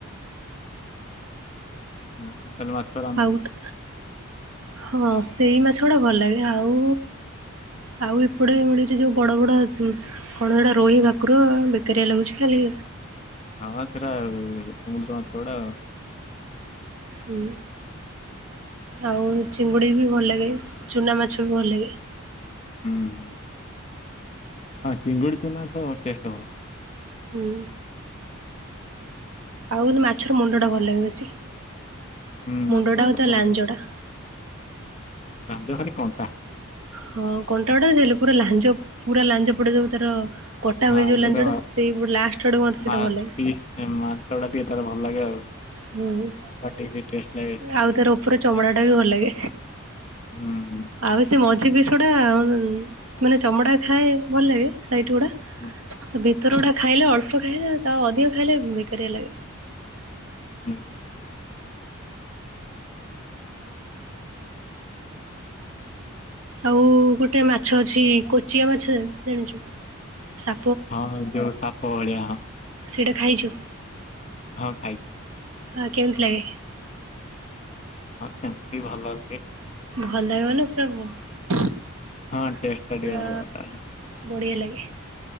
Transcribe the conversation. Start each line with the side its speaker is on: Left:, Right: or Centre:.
Left: ହଁତାହେଲେ ମାଛ ରାନ୍ଧୁ।
Right: ଆଉ ଗୋଟେ ହଁ ସେଇ ମାଛ ଗୁଡା ଭଲ ଲାଗେ ଆଉ ଆଉ ଏପଟେ ମିଳୁଛି ଯୋଉ ବଡ ବଡ କଣ ଏଟା ରୋହି ଭାକୁର ବେକାରିଆ ଲାଗୁଛି ଖାଲି
Left: ହଁ ବା ସେଟା ସମୁଦ୍ର ମାଛ ଗୁଡା ଆଉ।
Right: ହୁଁ ଆଉ ଚିଙ୍ଗୁଡ଼ି ବି ଭଲ ଲାଗେ ଚୁନା ମାଛ ବି ଭଲ ଲାଗେ।
Left: ହୁଁ ହୁଁ। ହଁ ଚିଙ୍ଗୁଡି ଚୁନା ମାଛ ଟେଷ୍ଟ ଭଲ।
Right: ହୁଁ। ଆଉ କିନ୍ତୁ ମାଛର ମୁଣ୍ଡ ଟା ଭଲ ଲାଗେ ବେଶୀ
Left: ହୁଁ ମାଛ
Right: ମୁଣ୍ଡ ଟା ହଉ ତା
Left: ତ
Right: ଲାଞ୍ଜ
Left: ଭଲ
Right: ଟା।
Left: ଲାଞ୍ଜ ଖାଲି କଣ୍ଟା।
Right: ହଁ କଣ୍ଟା ଗଟା ହେଲେ ପୁରା ଲାଞ୍ଜ ପୁରା ଲାଞ୍ଜ ପଟ ଯୋଉ ତାର କଟା
Left: ହଁ
Right: ହୁଏ ଯୋଉ
Left: କିନ୍ତୁ
Right: ଲାଞ୍ଜ ଟା ସେଇ ପ ଲାଷ୍ଟ ଆଡ଼କୁ ମତେ ସେଇଟା
Left: ମା
Right: ଭଲ ଲାଗେ।
Left: ପିସ୍ ମାଂସ ଗୁଡା ଟିକେ ତାର ଭଲ ଲାଗେ ଆଉ।
Right: ହୁଁ।
Left: ପାଟି କି ଟିକେ ଟେଷ୍ଟ ଲାଗେ।
Right: ଆଉ ତାର ଉପର ଚମଡ଼ା ଟା ବି ଭଲ ଲାଗେ
Left: ହୁଁ
Right: ଆଉ ସେ ମଝି ପିସ୍ ଗୁଡ଼ା ମାନେ ଚମଡା ଖାଏ ଭଲ ଲାଗେ ସାଇଟ ଗୁଡା
Left: ହୁଁ।
Right: ଭିତର ଗୁଟା ଖାଇଲେ ଅଳ୍ପ ଖାଇଲେ ତା ଅଧିକ ଖାଇଲେ ବେକାରିଆ ଲାଗେ।
Left: ଆଚ୍ଛା।
Right: ଆଉ ଗୋଟେ ମାଛ ଅଛି କୋଚିଆ ମାଛ ଜାଣିଛୁ ସା
Left: ହଁ ହଁ ଯୋଉ ସାପ ଭଳିଆ ହଁ।
Right: ସେଇଟା ଖାଇଛୁ?
Left: ହଁ ଖାଇ
Right: ହଁ କେମିତି ଲାଗେ?
Left: ହଁ ସେମିତି ଭଲ ଲାଗେ।
Right: ଭଲ ଲାଗେ ମାନେ ପୁରା ପୁରା
Left: ହଁ ଟେଷ୍ଟ ଟା ଟିକେ ଭଲ ତାର।
Right: ବଢ଼ିଆ ଲାଗେ।